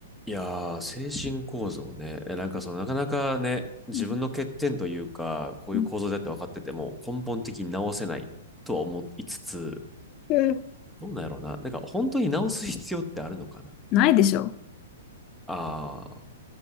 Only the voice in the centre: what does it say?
いやー、精神構造ね。え、なんかその、なかなかね、自分の欠点というか、
こういう構造だって分かってても、
根本的に直せないとは思いつつ、
どうなんやろうな。なんか本当に直す必要ってあるのかな
あー、